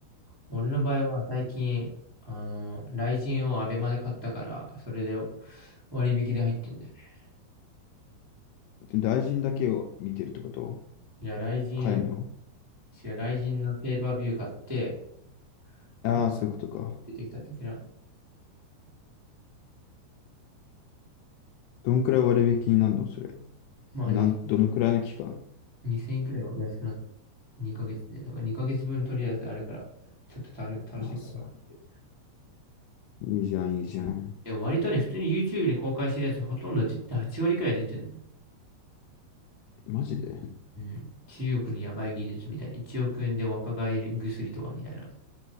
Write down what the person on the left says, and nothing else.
で大臣だけを見てるってこと
買えるの
ああー、そういうことか。
どんくらい割引になるのそれ。
なん、どのくらいの期間
あ、そう。いいじゃん、いいじゃん。
マジで